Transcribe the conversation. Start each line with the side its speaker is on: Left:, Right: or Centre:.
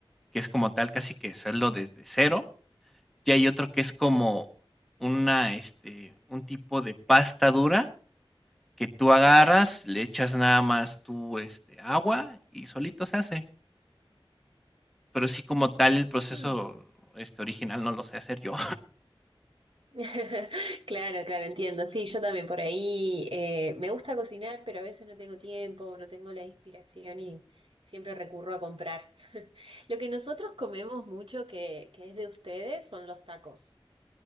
Centre: que es como tal casi que hacerlo desde cero, y hay otro que es como una, este, un tipo de pasta dura que tú agarras, le echas nada más tú, este, agua y solito se hace. Pero sí como tal el
Right: Ah.
Centre: proceso, este, original no lo sé hacer yo.
Right: <laughs> Claro, claro, entiendo. Sí, yo también por ahí eh, me gusta cocinar, pero a veces no tengo tiempo, no tengo la inspiración y siempre recurro a comprar. <laughs> Lo que nosotros comemos mucho que, que es de ustedes son los tacos.